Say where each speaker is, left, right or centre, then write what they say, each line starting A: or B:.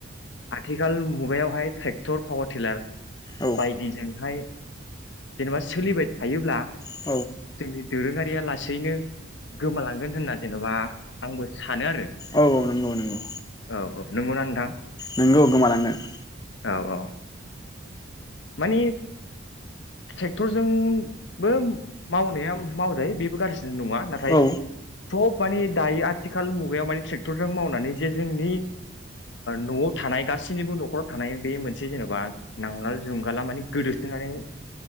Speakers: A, on the left; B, on the left.
A: आथिखाल मुगायावहाय ट्रेक्टर पावार टिलार
B: औ
A: बायदिजोंहाय जेनेबा सोलिबाय थायोब्ला
B: औ
A: जोंनि दोरोङारिया लासैनो गोमालांगोन होनना जेनेबा आंबो सानो आरो
B: औ नंगौ नंगौ
A: औ औ नंगौना नोंथां
B: नोंगौ गोमालांगोन
A: औ औ माने ट्रेक्टरजोंबो मावनाया मावजायो बेबो गाज्रि नङा नाथाय
B: औ
A: सब माने दायो आथिखाल मुगायाव माने ट्रेक्टरजों मावनानै जे जोंनि नआव थानाय गासैनिबो नखराव थानाय बे मोनसे जेनेबा नांगोल जुंगाला माने गोदोसोनानै